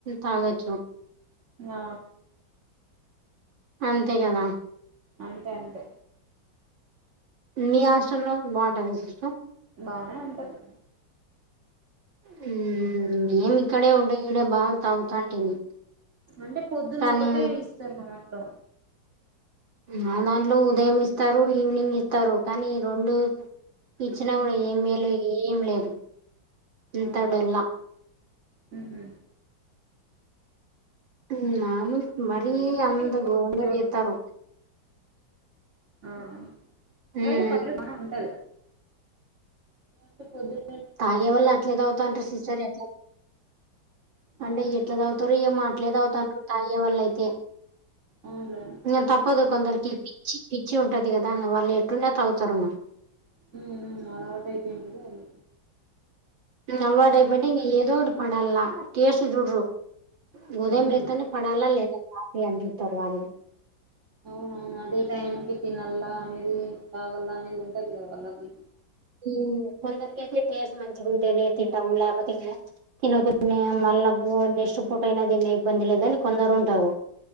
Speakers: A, on the right (about 80°); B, on the right (about 40°).
A: తాగొచ్చు
B: ఆ
A: అంతే కదా
B: అంతే అంతే
A: మీ హాస్టలో బానే ఉంటుందా
B: బానే ఉంటది
A: హుమ్ మేము ఇక్కడే ఉంటే ఈడ బాగా తాగుతాంటిమి
B: అంటే పొద్దున్న
A: కానీ
B: ఒక్కటే ఇస్తారు మా దాంట్లో
A: మా దాంట్లో ఉదయం ఇస్తారు ఈవినింగ్ ఇస్తారు కానీ రొండు ఇచ్చినా కూడా
B: ఉమ్
A: ఏం మేలు ఏం లేదు అంతా
B: అవున్లే
A: డొల్ల
B: హుమ్ హూ
A: హుమ్ మాముల్ మరీ
B: ఏమో
A: అంత
B: ఇగ కొన్ని
A: ఘోరంగా చేతారు
B: హుమ్
A: మ్మ్
B: అయిన పర్లేదు బానే ఉంటది అంటే పొద్దున
A: తాగే వాల్లు అట్లే తగుతంటార్ సిస్టర్ ఎట్లా అంటే
B: ఆ
A: ఎట్ల తాగుతారో ఏమో తాగేవాలయితే
B: అవునులే
A: ఇంక తప్పదు కొందరికి పిచ్చి పిచ్చి ఉంటది కదా వాళ్ళు ఎట్లున్న తాగుతారు
B: హుమ్ అలవాటైపోయింటుంది అది
A: ఇంగ అలవాటై పొయింటే ఎదో ఒకటి పడల టేస్ట్ చూడరు ఉదయం
B: ఉమ్
A: లేత్తనే పడాలా లేదా కాఫీ అందితారు వాళ్ళు
B: అవునవును అదే టైం కి తినల్లా అనేది తాగలా అనేది ఉంటది కదా వాళ్ళకి
A: హుమ్ కొందరికయితే టేస్ట్ మంచిగుంటేనే తింటం లేకపోతే లేదు తినేకుండా మళ్ళా బువ్వ నెక్స్ట్ పూట అయిన తిన్న ఇబ్బందిలేదని కొందరంటారు